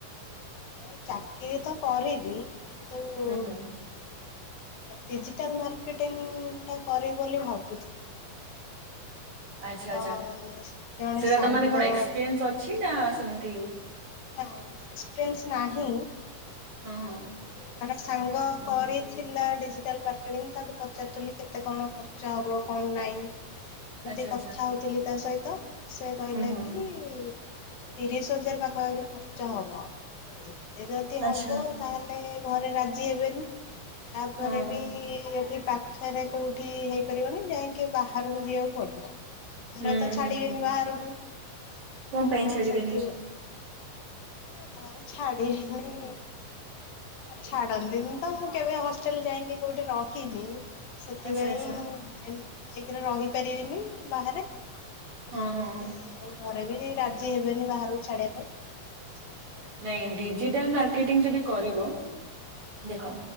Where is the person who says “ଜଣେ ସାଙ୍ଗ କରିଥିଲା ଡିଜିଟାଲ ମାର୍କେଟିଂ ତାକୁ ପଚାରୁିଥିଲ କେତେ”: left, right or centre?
Left